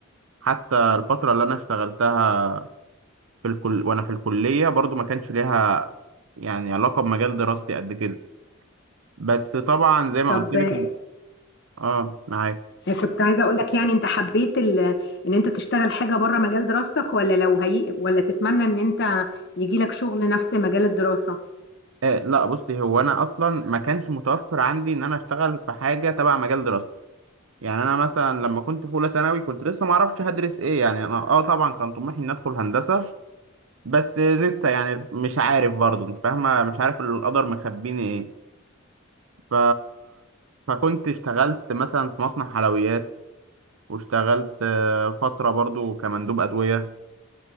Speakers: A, on the right (about 80°); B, on the left (about 60°).
A: حتى الفترة اللي انا اشتغلتها في الكل وانا في الكليه برضو ما كانش ليها يعني علاقه بمجال دراستي قد كده بس طبعا زي ما
B: طب
A: قلت لك
B: آه،
A: إن- اه معاك
B: كنت عايزة اقول لك يعني انت حبيت ال... ان انت تشتغل حاجة بره مجال دراستك ولا لو هي... ولا تتمنى ان انت يجي لك شغل نفس مجال الدراسة
A: آه لا بصي هو انا اصلا ما كانش متوفر عندي ان انا اشتغل في حاجه تبع مجال دراستي يعني انا مثلا لما كنت في اولى ثانوي كنت لسه ما اعرفش هدرس ايه يعني انا اه طبعا كان طموحي اني ادخل هندسه بس لسه يعني مش عارف برضه انت فاهمه مش عارف القدر مخبيني ايه ف فكنت اشتغلت مثلا في مصنع حلويات واشتغلت آه، فترة برضو كمندوب أدوية